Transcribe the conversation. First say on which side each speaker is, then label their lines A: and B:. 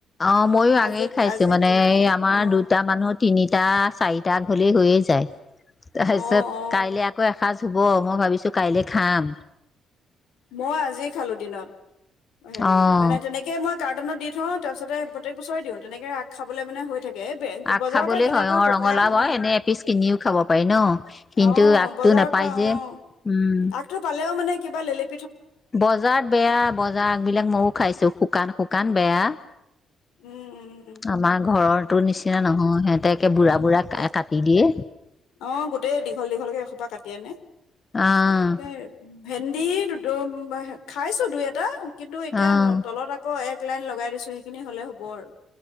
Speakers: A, on the left (about 30°); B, on the left (about 85°).
A: অ ময়ো আঙেয়
B: আজি
A: খাইছো
B: আজিৰ
A: মানে
B: দিনে
A: আমাৰ
B: অ
A: দুটা মানুহ তিনিটা চাৰিটা তাক হ'লেই হৈয়ে যায় তাৰপিছত
B: অ অ
A: কাইলৈ আকৌ এসাঁজ ধুব মই ভাবিছো কাইলে খাম
B: মই আজি খালো দিনত হেৰি
A: অ
B: মানে তেনেকে মই কাৰ্টনত দি থওঁ তাৰপিছতে প্ৰত্যেক বছৰেই দিওঁ তেনেকৈ ৰাগ খাবলৈ মানে হৈ থাকে এই বে
A: আগ
B: বজাৰৰ
A: খাবলে
B: পৰা কিনাবোৰ
A: হয় অ
B: শুকাই
A: ৰঙালাও
B: অ
A: হয় এনে এপিচ কিনিও খাব পাৰি ন কিন্তু
B: অ
A: আগটো
B: বজাৰৰ
A: নেপায়
B: পৰা
A: যে
B: অ
A: উম
B: আগটো পালেও মানে কিবা ললি
A: বজাৰত বেয়া বজাৰ আগবলাক মইও খাইছো শুকান শুকান কান বেয়া
B: উম উম
A: আমাৰ ঘৰৰ টো নিচিনা নহয় সিহঁতে তে বুঢ়া
B: উম
A: বুঢ়া কাই
B: উম
A: কাটি দিয়ে
B: অ গোটেই দীঘল দীঘলকে সোপা কাটি আনে
A: আহ
B: এই ভেন্দি দু টো খাইছো দুই এটা কিন্তু এতিয়া
A: অ
B: তলত আকৌ এক এক লাইন লগাই দিছো সেইখিনি হ'লে হ'ব আৰু